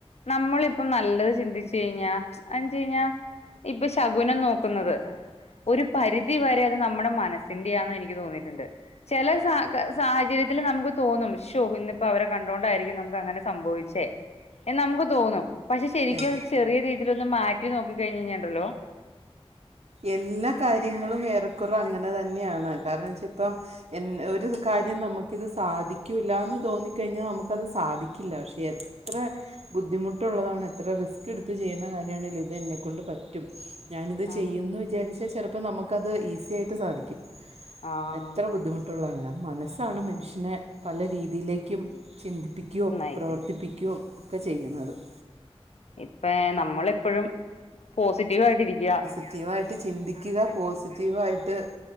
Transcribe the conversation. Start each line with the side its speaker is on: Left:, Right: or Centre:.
Left: നമ്മളിപ്പം നല്ലത് ചിന്തിച്ച കഴിഞ്ഞാ എച ഴിഞ്ഞാ ഇപ്പൊ ശകുനം നോക്കുന്നത് ഒരു പരി രിതി വരെ അത് നമ്മുടെ മനസ്സിന്റെയാന്ന് എനിക്ക് തോന്നിട്ടുണ്ട് ചില സ സാഹചര്യത്തിൽ നമുക്ക് തോന്നും ഷോ ഇന്നിപ്പോ അവരെ കണ്ടോണ്ടായിരിക്കും നമുക്ക് അങ്ങനെ സംഭവിച്ചേ. എന്ന് നമുക്ക് തോന്നും. പക്ഷെ ശരിക്കും
Right: എ-
Left: ചെറിയ രീതിയിലൊന്ന് മാറ്റി നോക്കി കഴിഞ്ഞാലുണ്ടല്ലോ <inaudible>
Right: എല്ലാ കാര്യങ്ങളും ഏറെക്കുറ അങ്ങനെ തന്നെയാണ്. കാരണം വെച്ച ഇപ്പം എ ഒരു കാര്യം നമുക്കിത് സാധിക്യുല്ല്യന്ന് തോന്നിക്കഴിഞ്ഞാൽ നമുക്കത് സാധിക്കില്ല ക്ഷേ അത് ത്ര ബുദ്ധിമുട്ടുള്ളതാണ് എത്ര റിസ്ക് ടുത്ത് ചെയ്യുന്ന കാര്യമാണെങ്കിലും ഇത് എന്നെക്കണ്ട് പറ്റും ഞാനിത്
Left: ആഹ്
Right: ചെ ചെയ്യുംന്ന് വിചാരിച്ചാൽ ചിലപ്പോ നമുക്കത് ഈസി ആയിട്ട് സാധിക്കും.
Left: ആഹ്
Right: എത്ര ബുദ്ധിമുട്ട് ള്ളണ് മനസ്സാണ് മനുഷ്യനെ
Left: ആഹ്
Right: പല രീതിയിലേക്കും ചിന്തിപ്പിക്കു യോം
Left: നയിക്കുന്നു
Right: പ്രവർത്തിപ്പിക്കൊയോ ചെയ്യുന്നത് അതെ
Left: ഇപ്പ നമ്മള എപ്പോഴും പോസിറ്റീവ് ആയിട്ടരിക.
Right: റ്റീവായിട്ട് ചിന്തിക്കുക പോസിറ്റീവായിട്ട്